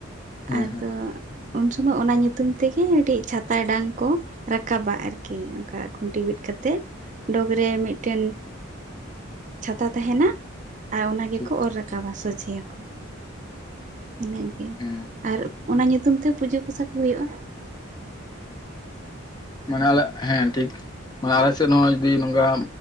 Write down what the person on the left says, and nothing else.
ᱦᱮᱸ
ᱦᱮᱸ
ᱴᱷᱤᱠ
ᱴᱷᱤᱠ
ᱦᱩᱸ
ᱢᱟᱱᱮ ᱟᱞᱮ ᱦᱮᱸ ᱴᱷᱤᱠ ᱢᱟᱱᱮ ᱟᱞᱮ ᱥᱮᱫ ᱦᱚᱸ ᱡᱩᱫᱤ ᱱᱚᱝᱠᱟ